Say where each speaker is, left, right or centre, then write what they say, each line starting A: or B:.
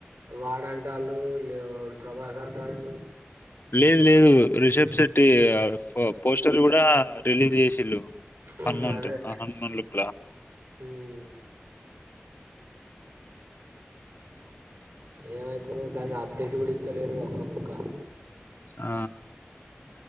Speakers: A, on the right; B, on the left.
A: వాడు అంటాండు వీళ్లేమో ప్రభాస్ అంటాడు
B: లేదు లేదు రిషబ్ శెట్టి పోస్టర్ కూడా రిలీజ్ చేసిండు
A: హ్మ్.
B: హనుమంతు
A: అదే
B: హనుమాన్ లుక్ లా
A: హ్మ్. ఏం వచ్చినా దాని అప్డేట్ ఎవడు ఇత్తలేదు గాకుండా ఒక బొక్క
B: ఆ